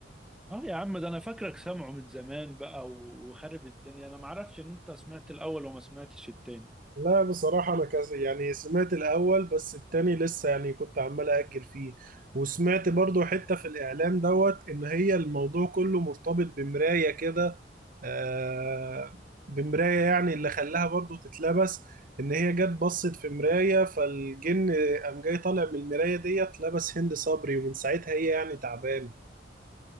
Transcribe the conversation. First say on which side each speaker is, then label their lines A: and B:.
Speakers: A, in the centre; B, on the right.
A: اه يا عم ده انا فاكرك سامعه من زمان بقى وخارب الدنيا انا معرفش ان انت سمعت الاول وما سمعتش التاني
B: لا بصراحة أنا كذا يعني سمعت الأول بس التاني لسه يعني كنت عمال أأجل فيه وسمعت برضو حتة في الإعلان دوت إن هي الموضوع كله مرتبط بمراية كده آه بمراية يعني اللي خلاها برضو تتلبس إن هي جت بصت في مراية فالجن قام جاي طالع من المراية ديت لبس هند صبري ومن ساعتها هي يعني تعبانة